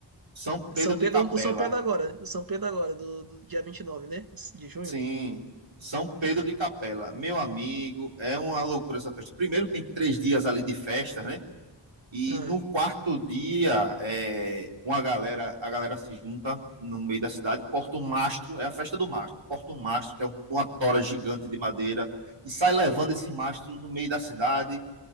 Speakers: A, on the right; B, on the right.
A: São Pedro
B: São
A: de
B: Pedro,
A: Capela.
B: o São Pedro agora, o São Pedro agora, do, do dia vinte e nove né? De de junho.
A: Sim, São Pedro
B: É.
A: de Capela. Meu amigo, é uma loucura essa festa. Primeiro tem três dias ali de festa, né? E
B: Ah,
A: no quarto dia, é, uma galera, a galera se junta no meio da cidade, corta o mastro, é a festa do mastro, corta o mastro, que é um- uma tora gigante de madeira, e sai levando esse mastro no meio da cidade.